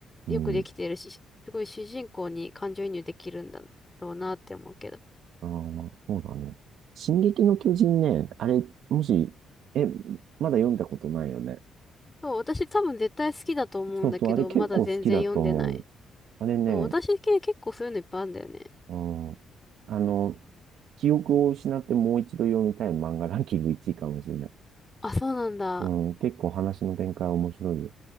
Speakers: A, on the right (about 75°); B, on the left (about 15°).
A: うん、
B: よくできてるし、すごい主人公に感情移入できるんだろうなって思うけど。
A: ああ、そうだね。進撃の巨人ね、あれ、もし、え、まだ読んだことないよね。
B: そう、私多分絶対好きだと思うんだけど、
A: そうそう、あれ結構好きだと思うよ。
B: まだ全然読んでない。
A: あれね、
B: そう、私系結構そういうのいっぱいあるんだよね。
A: うん、あの、記憶を失ってもう一度読みたい漫画ランキング1位かもしれない。
B: あ、そうなんだ。
A: うん、結構話の展開面白いよ。